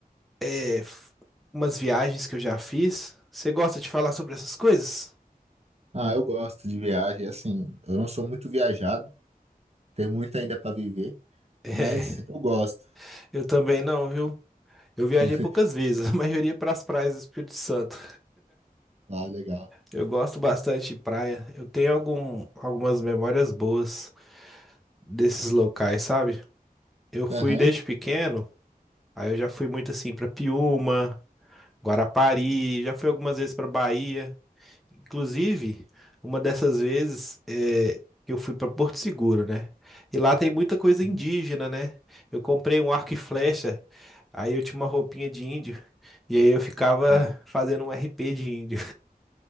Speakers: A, in the centre; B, on the right.
A: é, f- umas viagens que eu já fiz. Você gosta de falar sobre essas coisas?
B: Ah, eu gosto de viagem, assim, eu não sou muito viajado, tem muito ainda para viver,
A: É,
B: mas eu gosto.
A: eu também não, viu? Eu viajei
B: <laughs>
A: poucas vezes, <laughs> a maioria é para as praias do Espírito Santo.
B: Ah, legal.
A: Eu gosto bastante de praia, eu tenho algum, algumas memórias boas desses locais, sabe? Eu fui
B: Aham.
A: desde pequeno, aí eu já fui muito assim para Piúma. Guarapari, já fui algumas vezes para Bahia. Inclusive, uma dessas vezes é, que eu fui para Porto Seguro, né? E lá tem muita coisa
B: Uhum.
A: indígena, né? Eu comprei um arco e flecha, aí eu tinha uma roupinha de índio, e aí eu ficava
B: Da hora.
A: fazendo um RP de índio.